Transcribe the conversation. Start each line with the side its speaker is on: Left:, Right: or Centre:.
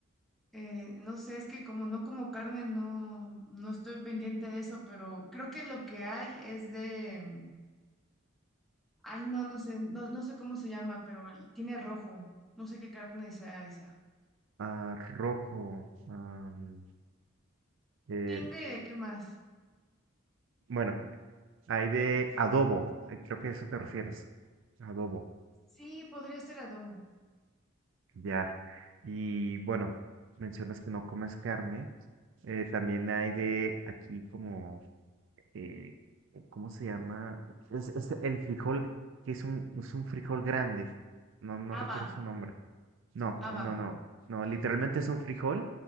Centre: Eh, no sé, es que como no como carne, no, no estoy pendiente de eso, pero creo que lo que hay es de, mm, ay, no, no sé, no, no sé cómo se llama, pero el- tiene rojo. No sé qué carne sea esa.
Right: Ah, rojo. am, eh,
Centre: Tinga y de qué más.
Right: bueno, hay de adobo. eh, Creo que a eso te refieres. Adobo.
Centre: Sí, podría ser adobo.
Right: Ya. Y bueno, mencionas que no comes carne. eh, también hay de aquí como, eh, ¿cómo se llama? Es, es el frijol, que es un, es un frijol grande. No, no
Centre: Haba,
Right: recuerdo su nombre. No,
Centre: haba.
Right: oh, no, no, no,
Centre: Ah,
Right: literalmente es un frijol,